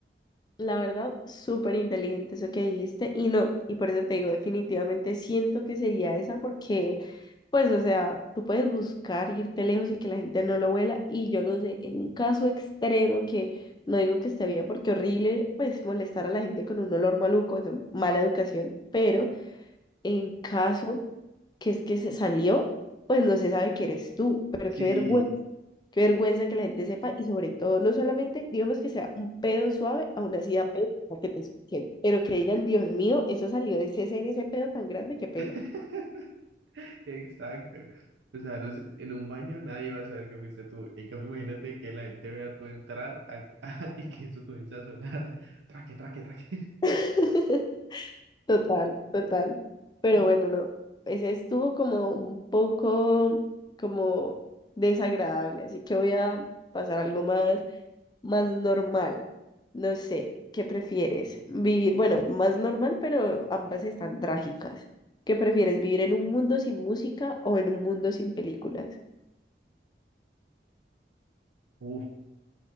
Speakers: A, on the left (about 25°); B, on the right (about 80°).
A: La verdad, súper inteligente eso que dijiste y no, y por eso te digo, definitivamente siento que sería esa porque, pues, o sea, tú puedes buscar irte lejos y que la gente no lo huela y yo no sé, en un caso extremo que no digo que esté bien porque horrible, pues, molestar a la gente con un olor maluco, eso, mala educación, pero en caso que es que se salió, pues no se sabe que eres tú, pero
B: Sí,
A: qué vergüenza Qué vergüenza que la gente sepa y sobre todo, no solamente, digamos que sea un pedo suave, aún así da pena que te escuchen, pero que digan, Dios mío, eso salió de ese ser, ese pedo tan grande, qué pena.
B: <laughs> exacto. O sea, no sé, en un baño nadie va a saber que fuiste tú. En cambio, imagínate que la gente vea tú entrar a- <laughs> y que eso comienza a sonar. Traque, traque, traque.
A: <laughs> Total,
B: Ujú.
A: total. Pero bueno, no, ese estuvo como un poco como desagradable, así que voy a pasar algo más. más normal. No sé, ¿qué prefieres? Vivir, bueno, más normal, pero ambas están trágicas. ¿Qué prefieres? ¿Vivir en un mundo sin música o en un mundo sin películas?
B: Uf,